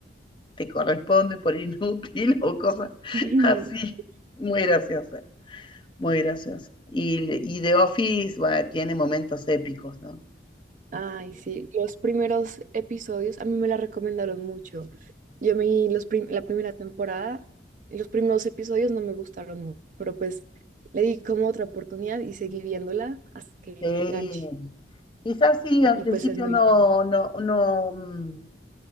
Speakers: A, on the left; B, on the right.
A: te corresponde por inútil <laughs> o cosas
B: <laughs>
A: así. Muy graciosa, muy graciosa. Y, le- y The Office, bueno, tiene momentos épicos, ¿no?
B: Ay, sí, los primeros episodios a mí me la recomendaron mucho. Yo me los prim- la primera temporada, los primeros episodios no me gustaron mucho, pero pues le di como otra oportunidad y seguí viéndola hasta que
A: Sí,
B: me enganché
A: quizás sí, al
B: y
A: principio
B: pues es muy
A: no,
B: buena.
A: no, no, mm,